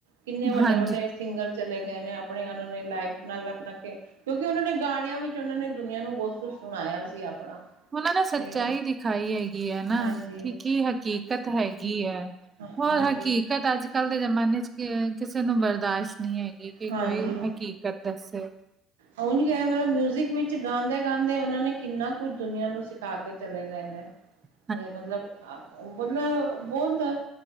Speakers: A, on the right; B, on the right.
A: ਕਿੰਨੇ ਵੱਡੇ
B: ਹਾਂਜੀ
A: ਵੱਡੇ ਸਿੰਗਰ ਚਲੇ ਗਏ ਨੇ ਆਪਣੇ ਉਹਨਾਂ ਨੇ ਲਾਈਫ ਨਾਲ ਆਪਣਾ ਕਿਉਂਕਿ ਉਹਨਾਂ ਨੇ ਗਾਣਿਆਂ ਵਿੱਚ ਉਹਨਾਂ ਨੇ ਦੁਨੀਆਂ ਨੂੰ ਬਹੁਤ ਕੁਛ ਸੁਣਾਇਆ ਸੀ ਆਪਣਾ,
B: ਉਹਨਾਂ ਨੇ ਸੱਚਾਈ
A: ਤੇ
B: ਦਿਖਾਈ ਹੈਗੀ ਹੈ ਨਾ
A: ਹਾਂਜੀ
B: ਕਿ ਕੀ ਹਕੀਕਤ ਹੈਗੀ ਹੈ।
A: ਹਾਂ
B: ਹੋਰ
A: ਹਾਂ,
B: ਹਕੀਕਤ ਅੱਜ ਕੱਲ੍ਹ ਦੇ ਜਮਾਨੇ ਚ ਕਿਸੇ ਨੂੰ ਬਰਦਾਸ਼ਤ, ਨਹੀਂ ਹੈਗੀ ਕਿ
A: ਹਾਂਜੀ
B: ਕੋਈ ਹਕੀਕਤ ਦੱਸੇ
A: ਉਂਝ ਗ ਮਤਲਬ ਮਿਊਜਿਕ ਵਿੱਚ ਗਾਉਂਦੇ ਗਾਂਦੇ ਉਹਨਾਂ ਨੇ ਕਿੰਨਾ ਕੁਝ ਦੁਨੀਆਂ ਨੂੰ ਸਿਖਾ ਕੇ ਚਲੇ ਗਏ ਨੇ,
B: <unintelligible>
A: ਮਤਲਬ-ਮਤਲਬ ਬੋਲਦਾ,